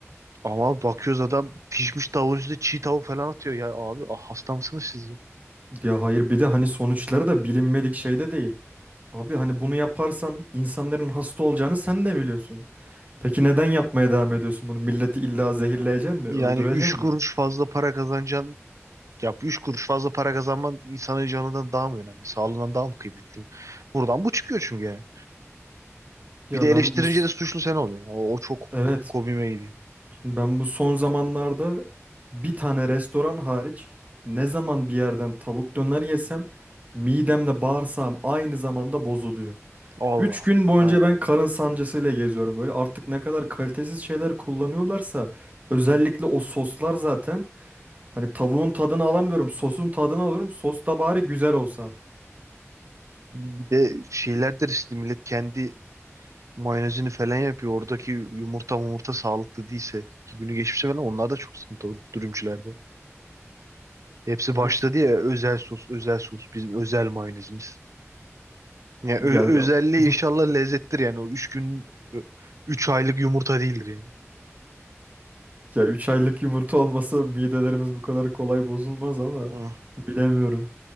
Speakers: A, on the right; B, on the right.
A: ama bakıyoruz adam pişmiş tavuğun üstüne çiğ tavuk falan atıyor. Ya abi ah, hasta mısınız siz ya?
B: Ya hayır bir de hani sonuçları da bilinmedik şey de değil. Abi hani bunu yaparsan insanların hasta olacağını sen de biliyorsun. Peki neden yapmaya devam ediyorsun bunu? Milleti illa zehirleyecek mi?
A: Yani
B: Öldürecek
A: 3 kuruş
B: mi?
A: fazla para kazanacaksın. Ya 3 kuruş fazla para kazanman insanın canından daha mı önemli? Sağlığından daha mı kıymetli? Buradan bu çıkıyor çünkü yani.
B: Ya
A: Bir de
B: ben
A: eleştirince
B: bu s-
A: de suçlu sen oluyorsun. ya. O, o çok
B: evet
A: ko- komiğime gidiyor.
B: şimdi ben bu son zamanlarda bir tane restoran hariç ne zaman bir yerden tavuk döner yesem midemle bağırsağım aynı zamanda bozuluyor.
A: Allah.
B: 3 gün boyunca
A: Aynen.
B: ben karın sancısıyla geziyorum. Böyle artık ne kadar kalitesiz şeyler kullanıyorlarsa özellikle o soslar zaten Hani tavuğun tadını alamıyorum. Sosun tadını alıyorum. Sos da bari güzel olsa.
A: Bir de şeyler de riskli millet kendi mayonezini falan yapıyor. Oradaki yumurta yumurta sağlıklı değilse ki günü geçmişse falan onlar da çok sıkıntı o dürümcülerde. Hepsi
B: Evet.
A: başladı ya özel sos, özel sos bizim özel mayonezimiz. Ya
B: Ya
A: ö- özelliği
B: <laughs>
A: inşallah lezzettir yani o üç gün üç aylık yumurta değildir yani.
B: ya 3 aylık yumurta olmasa midelerimiz bu kadar kolay bozulmaz ama
A: Hı.
B: bilemiyorum.